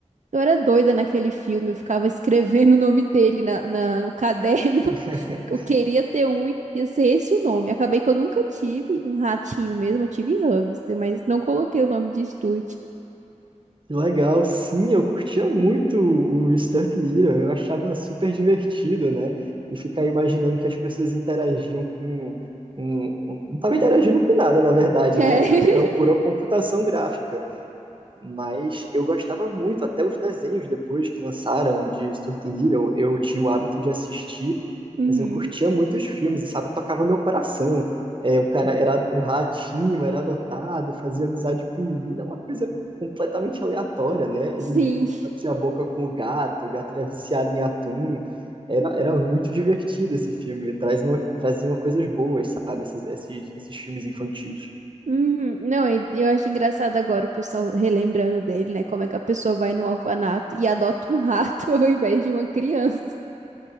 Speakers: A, on the right; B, on the right.
A: Eu era doida naquele filme, eu ficava escrevendo o nome dele na, na- no caderno. <laughs>
B: <laughs>
A: Eu queria ter um e ia ser esse o nome. Acabei que eu nunca tive um ratinho mesmo, eu tive hamster, mas não coloquei o nome de Stuart.
B: Que Legal, sim, eu curtia muito o Sturt Little, eu achava super divertido, né? E ficar imaginando que as pessoas interagiam com. com- com- não estava interagindo com nada, na verdade,
A: É.
B: né? Porque
A: <laughs>
B: era pura computação gráfica. Mas eu gostava muito, até os desenhos depois que lançaram de Stuart Little, eu tinha o hábito de assistir,
A: Uhum.
B: mas eu curtia muito os filmes, e sabe, tocava meu coração. É, o cara era um ratinho, era adotado, fazia amizade com menina, uma coisa completamente aleatória, né?
A: Sim.
B: Ele batia a boca com o gato, o gato era viciado em atum. Era, era muito divertido esse filme, traz uma, trazia coisas boas, sabe, esses, esses, esses filmes infantis.
A: Uhum. Não, e eu acho engraçado agora o pessoal relembrando dele, né? Como é que a pessoa vai no orfanato e adota um rato <laughs> ao invés de uma criança.